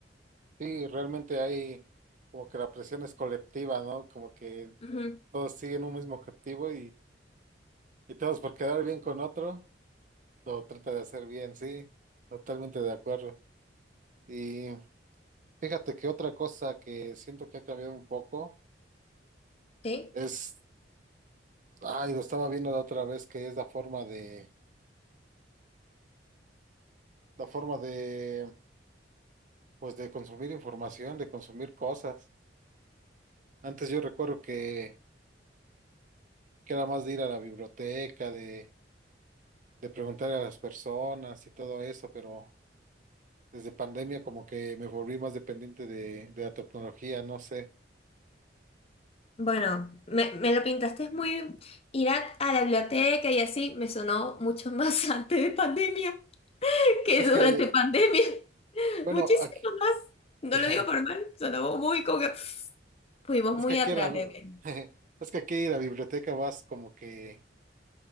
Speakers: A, on the right (about 45°); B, on the left (about 35°).
A: Sí, realmente hay como que la presión es colectiva, ¿no? Como que
B: Ujú.
A: todos siguen un mismo objetivo y, y todos por quedar bien con otro, lo trata de hacer bien, sí, totalmente de acuerdo. Y fíjate que otra cosa que siento que ha cambiado un poco
B: ¿Sí?
A: es, ay, lo estaba viendo la otra vez, que es la forma de, la forma de, pues de consumir información, de consumir cosas. Antes yo recuerdo que, que era más de ir a la biblioteca, de, de preguntar a las personas y todo eso, pero desde pandemia como que me volví más dependiente de, de la tecnología, no sé.
B: Bueno, me, me lo pintaste muy ir a, a la biblioteca y así me sonó mucho más <laughs> antes de pandemia que
A: Es
B: durante
A: que,
B: pandemia. <laughs>
A: bueno,
B: Muchísimo
A: aquí,
B: más.
A: <laughs>
B: No
A: es
B: lo digo por mal, sonó muy como que fuimos muy
A: que aquí
B: atrás,
A: era,
B: bebé.
A: <laughs> es que aquí la biblioteca vas como que,